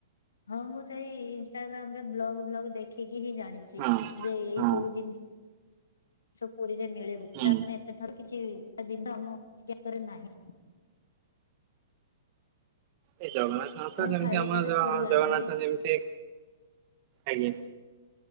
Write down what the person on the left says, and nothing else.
ହଁ ମୁଁ ସେଇ ଇନଷ୍ଟାଗ୍ରାମ ରେ ବ୍ଲଗ ଫ୍ଲଗ ଦେଖିକି ହିଁ ଜାଣିଛି।
ଯେ ଏଇ
ସବୁ ଜିନିଷ ପୁରୀରେ ମିଳେ ବୋଲି
<inaudible> ଏଥର କିଛି ଜିନିଷ ମୋ ଜ୍ଞାତରେ ନାହିଁ।
ଆଉ
ଖାଇବା
ତାହେଲେ
ସରିଲାଣି ନାଇଁ